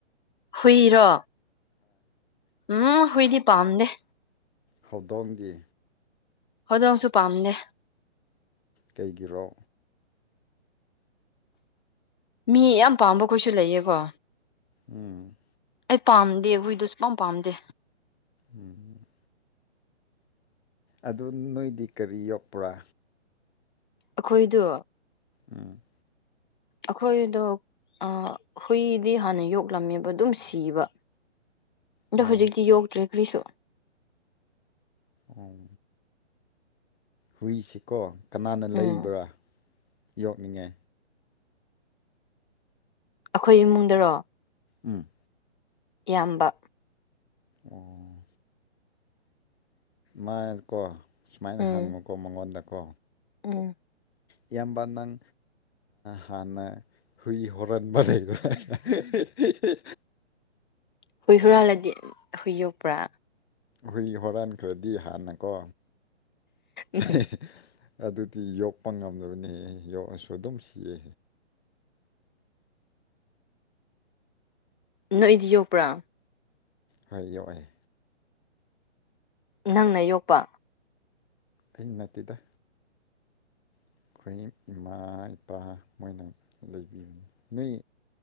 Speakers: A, on the left; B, on the left.
A: ꯍꯨꯏꯔꯣ ꯎꯝ ꯍꯨꯏꯗꯤ ꯄꯥꯝꯗꯦ
B: ꯍꯧꯗꯣꯡꯗꯤ
A: ꯍꯣꯗꯣꯡꯁꯨ ꯄꯥꯝꯗꯦ
B: ꯀꯩꯒꯤꯔꯣ
A: ꯃꯤ ꯌꯥꯝ ꯄꯥꯝꯕꯈꯩꯁꯨ ꯂꯩꯌꯦꯀꯣ
B: ꯎꯝ
A: ꯑꯩ ꯄꯥꯝꯗꯦ ꯍꯨꯏꯗꯨ ꯁꯨꯄꯥꯝ ꯄꯥꯝꯗꯦ
B: ꯎꯝ ꯑꯗꯨ ꯅꯣꯏꯗꯤ ꯀꯔꯤ ꯌꯣꯛꯄ꯭ꯔꯥ
A: ꯑꯈꯣꯏꯗꯣ
B: ꯎꯝ
A: ꯑꯈꯣꯏꯗꯣ ꯑꯥ ꯍꯨꯏꯗꯤ ꯍꯥꯟꯅ ꯌꯣꯛꯂꯝꯃꯦꯕ ꯑꯗꯨꯝ ꯁꯤꯕ ꯑꯗꯣ
B: ꯑꯣ
A: ꯍꯧꯖꯤꯛꯇꯤ ꯌꯣꯛꯇ꯭ꯔꯦ ꯀ꯭ꯔꯤꯁꯨ
B: ꯑꯣ ꯍꯨꯏꯁꯤꯀꯣ ꯀꯅꯥꯅ ꯂꯩꯕ꯭ꯔꯥ
A: ꯎꯝ
B: ꯌꯣꯛꯅꯤꯡꯉꯦ
A: ꯑꯈꯣꯏ ꯏꯃꯨꯡꯗꯔꯣ
B: ꯎꯝ
A: ꯏꯌꯥꯝꯕ
B: ꯑꯣ ꯃꯥꯀꯣ ꯁꯨꯃꯥꯏꯅ
A: ꯎꯝ
B: ꯍꯪꯉꯨꯀꯣ ꯃꯉꯣꯟꯗꯀꯣ
A: ꯎꯝ
B: ꯏꯌꯥꯝꯕ ꯅꯪ ꯍꯥꯟꯅ ꯍꯨꯏ ꯍꯣꯔꯥꯟꯕ ꯂꯩꯕ꯭ꯔ ꯍꯤ ꯍꯤ ꯍꯤ
A: ꯍꯨꯏ ꯍꯨꯔꯥꯜꯂꯗꯤ ꯍꯨꯏ ꯌꯣꯛꯄ꯭ꯔ
B: ꯍꯨꯏ ꯍꯨꯔꯥꯟꯈ꯭ꯔꯗꯤ ꯍꯥꯟꯅꯀꯣ
A: ꯎꯝ
B: ꯍꯦ ꯍꯦ ꯑꯗꯨꯗꯤ ꯌꯣꯛꯄ ꯉꯝꯗꯕꯅꯦ ꯌꯣꯛꯑꯁꯨ ꯑꯗꯨꯝ ꯁꯤꯌꯦ
A: ꯅꯣꯏꯗꯤ ꯌꯣꯛꯄ꯭ꯔꯥ
B: ꯍꯣꯏ ꯌꯣꯛꯑꯦ
A: ꯅꯪꯅ ꯌꯣꯛꯄ
B: ꯑꯩ ꯅꯠꯇꯦꯗ ꯑꯩꯈꯣꯏ ꯏꯃꯥ ꯏꯄꯥ ꯃꯣꯏꯅ ꯂꯩꯕꯤꯕꯅꯦ ꯅꯣꯏ